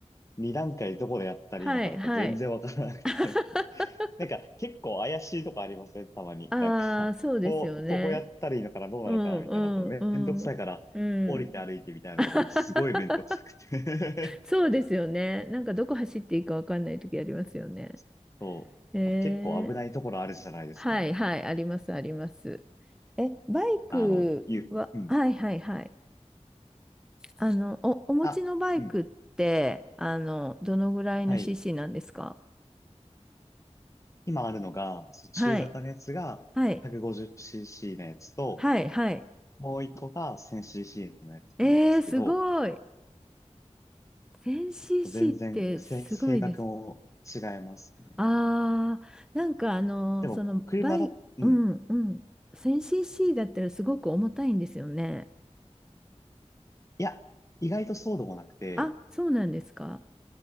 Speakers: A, on the left (about 25°); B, in the centre.
A: 2段階どこでやったらいいのかとか全然わからなくて。
B: はい、はい。<laughs>
A: <laughs> なんか結構怪しいとこありませんたまに。
B: ああ、
A: なんか、
B: そうですよね。
A: ここ、ここやったらいいのかなどうなのかなみたいなところめんどくさいから降りて歩いてみたいなのとかもすごいめんどくさくて
B: うん、うん、うん、うん。<laughs> そうですよね。なんかどこ走っていいかわかんない時ありますよね。
A: <laughs> そう。
B: ええ。
A: 結構危ないところあるじゃないですか。
B: はい、はい、あります、あります。え、バイクは、
A: あの、ゆ、うん。
B: はいはいはい。あの、お、お持ちのバイクって、
A: あ、うん。
B: あの、どのぐらいの
A: はい。
B: CC なんですか
A: 今あるのが、その中型のやつが
B: はい。はい。
A: 150cc のやつと、
B: はい、はい。
A: もう一個が 1000cc のやつなんですけど、
B: えー、すごい。1000cc
A: 全然せ性格も違いますね。
B: ってすごいです。あー、なんかあの、
A: でも、
B: その、
A: 車だ、
B: バイ、
A: うん。
B: うんうん。1000cc だったらすごく重たいんですよね。
A: いや、意外とそうでもなくて、
B: あ、そうなんですか。